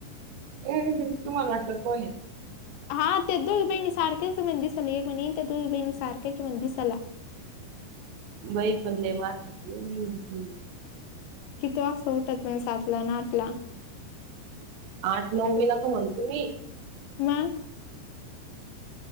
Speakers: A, on the right; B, on the left.
A: ह तुम्हाला वाटलं कोण हाय?
B: हा ते दोगी बहिणी सारखेच म्हणे दिसाला एक म्हणे त्या दोघी बहिणी सारखेचं हाय म्हणे दिसाला.
A: बाई पण लय मार खाती ओ बाई ती..
B: किती वा असं उठत म्हणजे सातला नं आठला.
A: आठ नऊ मी नको म्हणतो मी..
B: म.